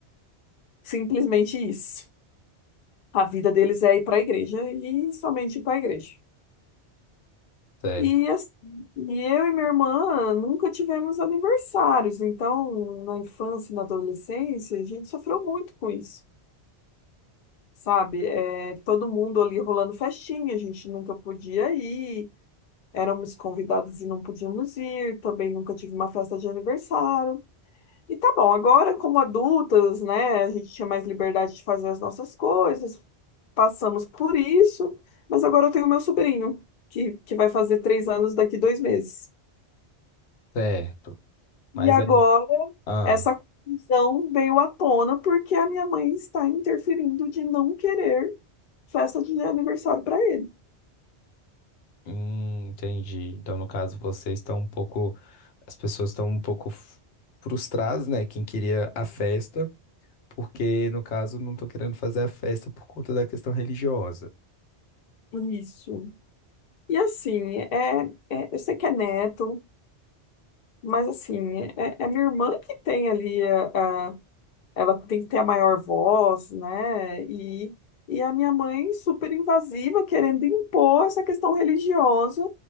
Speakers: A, on the left (about 55°); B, on the left (about 85°).
A: Simplesmente isso. A vida deles é ir para a igreja e somente ir para a igreja.
B: Certo,
A: E, as- e eu e minha irmã nunca tivemos aniversários, então na infância e na adolescência a gente sofreu muito com isso. sabe? É, todo mundo ali rolando festinha, a gente nunca podia ir, éramos convidados e não podíamos ir, também nunca tive uma festa de aniversário. E tá bom, agora como adultas, né, a gente tinha mais liberdade de fazer as nossas coisas, passamos por isso, mas agora eu tenho meu sobrinho, que, que vai fazer três anos daqui dois meses.
B: certo. Mas
A: E agora
B: aí. ah.
A: essa confusão veio à tona porque a minha mãe está interferindo de não querer festa de aniversário para ele.
B: Hum, entendi. Então, no caso, vocês estão um pouco. As pessoas estão um pouco f- frustradas, né? Quem queria a festa, porque, no caso, não estão querendo fazer a festa por conta da questão religiosa.
A: Isso. E assim, é, é- eu sei que é neto, mas assim, é, é minha irmã que tem ali a, a- ela tem que ter a maior voz, né? E, e a minha mãe super invasiva, querendo impor essa questão religiosa